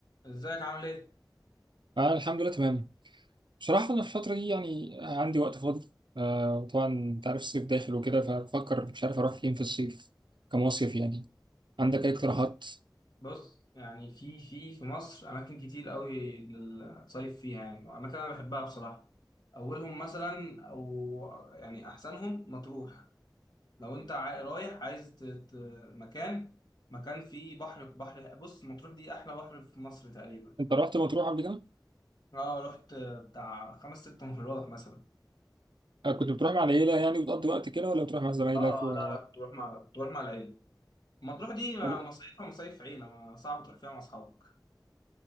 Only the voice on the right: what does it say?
آه الحمد لله تمام بصراحة أنا في الفترة دي يعني عندي وقت فاضي آه وطبعا أنت عارف الصيف داخل وكده فبفكر مش عارف أروح فين في الصيف كمصيف يعني عندك أي اقتراحات؟
أنت رحت مطروح قبل كده؟
آه كنت بتروح مع العيلة يعني وتقضي وقت كده ولا بتروح مع زمايلك؟
و...
طب